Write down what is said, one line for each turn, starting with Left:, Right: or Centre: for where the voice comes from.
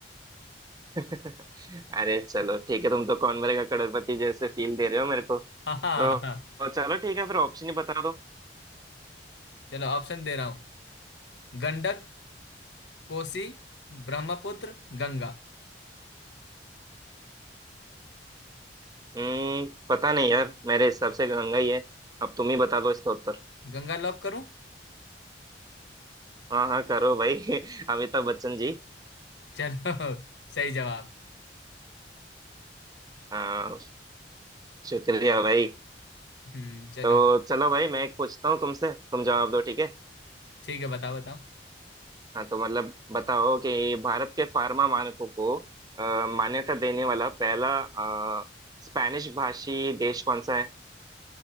Right: <laughs> अरे चलो ठीक है तुम तो कौन बनेगा करोड़पति जैसे फील दे रहे हो मेरे को तो
Left: <laughs> हाँ हाँ
Right: तो
Left: हाँ
Right: चलो ठीक है फिर ऑप्शन ही बता दो
Left: चलो ऑप्शन दे रहा हूँ गंडक कोसी ब्रह्मपुत्र गंगा
Right: हम्म पता नहीं यार मेरे हिसाब से गंगा ही है अब तुम ही बता दो इसका उत्तर
Left: गंगा लॉक करूं
Right: हाँ हाँ करो भाई <laughs> अमिताभ बच्चन जी
Left: <laughs> चलो सही जवाब
Right: हाँ शुक्रिया भाई
Left: हम्म चलो
Right: तो चलो भाई मैं एक पूछता हूँ तुमसे तुम जवाब दो ठीक है
Left: ठीक है बताओ बताओ
Right: हाँ तो मतलब बताओ कि भारत के फार्मा मानकों को अ, मान्यता देने वाला पहला अ, स्पेनिश भाषी देश कौन सा है